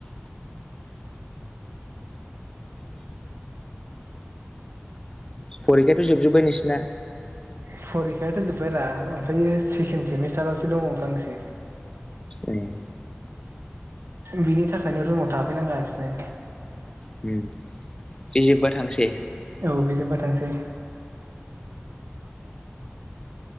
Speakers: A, on the left; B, on the right.
A: फरिखायाथ' जोबजोबबाय नोंसिना
B: फरिखायाथ' जोबबाय रा ओमफ्राय सेकेणड सेमिस्टारावसो दङ गांसे
A: ए
B: बिनि थाखायनो रुमाव थाफैनांगासिनो
A: उम बे जोबबा थांसै
B: औ बे जोबबा थांसै